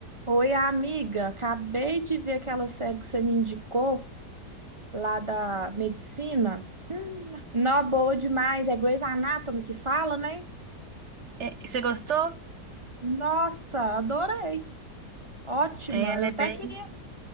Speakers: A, on the right (about 20°); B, on the right (about 50°).
A: Oi, amiga, acabei de ver aquela série que você me indicou lá da medicina. Hum, nó boa demais, é Grey's Anatomy que fala, né?
B: É, você gostou?
A: Nossa, adorei. Ótima.
B: É, ela
A: Eu
B: é
A: até
B: bem,
A: queria.